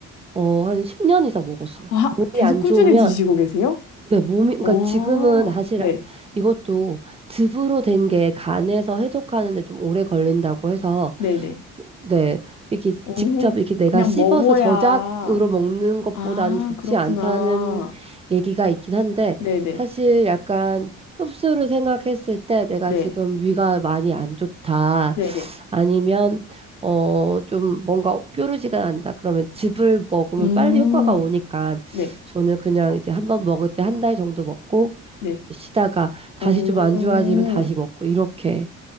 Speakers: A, on the right; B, on the left.
A: 어, 한 10년 이상 먹었어요.
B: 아,
A: 몸이
B: 계속
A: 안
B: 꾸준히
A: 좋으면
B: 드시고 계세요?
A: 네, 몸이 그러니까
B: 어,
A: 지금은 사실
B: 네,
A: 이것도 즙으로 된 게 간에서 해독하는데 좀 오래 걸린다고 해서
B: 네네.
A: 네, 이렇게
B: 오,
A: 직접 이렇게 내가
B: 그냥
A: 씹어서
B: 먹어야.
A: 저작으로 먹는 것보다는
B: 아,
A: 좋지
B: 그렇구나.
A: 않다는 얘기가 있긴 한데,
B: 네네,
A: 사실 약간 흡수를 생각했을 때 내가
B: 네,
A: 지금 위가 많이 안 좋다.
B: 네네.
A: 아니면 어 좀 뭔가 뾰루지가 난다 그러면 즙을 먹으면
B: 음,
A: 빨리 효과가 오니까
B: 네,
A: 저는 그냥 이제 한번 먹을 때 한 달 정도 먹고
B: 네.
A: 쉬다가 다시
B: 오,
A: 좀 안 좋아지면 다시 먹고 이렇게